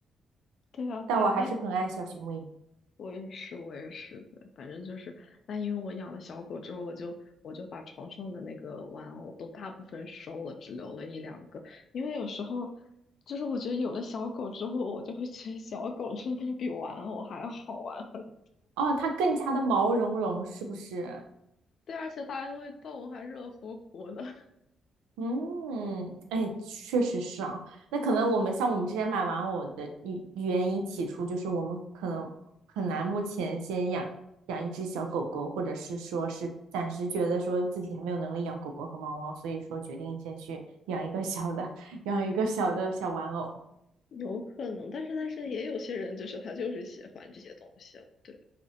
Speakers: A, on the left (about 60°); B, on the right (about 80°).
A: <laughs> 对啊，对啊，
B: 但我还是很爱小熊维尼。
A: 但我也是，我也是对，反正就是，那因为我养了小狗之后，我就我就把床上的那个玩偶都大部分收了，只留了一两个。因为有时候，就是我觉得有了小狗之后，我就会觉得小狗真的比玩偶还要好玩。<laughs>
B: 哦，它更加的毛茸茸，是不是？
A: 对，而且它还会动，还热乎乎的。<laughs>
B: 嗯，哎，确实是啊。那可能我们像我们之前买玩偶的原原因起初就是我们可能很难目前先养养一只小狗狗，或者是说是暂时觉得说自己还没有能力养狗狗和猫猫，所以说决定先去 <laughs> 养一个小的，<laughs> 养一个小的小玩偶。
A: 有可能，但是但是也有些人就是他就是喜欢这些东西了。对，